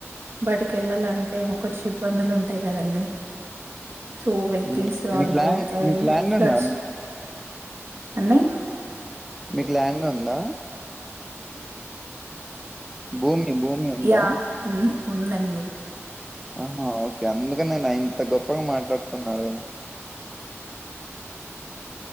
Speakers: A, on the right (about 55°); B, in the centre.
A: బయటికెళ్ళాలంటే కొంచెం ఇబ్బందులు ఉంటాయి కదండి సో వెకిల్స్
B: మీకు
A: ఆగిపోతయి
B: ల్యాండ్ మీకు ల్యాండ్
A: ఫ్లడ్స్
B: ఉందా
A: అండి
B: మీక్ ల్యాండ్ ఉందా భూమి భూమి ఉందా
A: యా ఉ ఉందండి
B: ఆహా ఒకె అందుకనెనా ఇంత గొప్పగ మాట్లాడుతున్నారు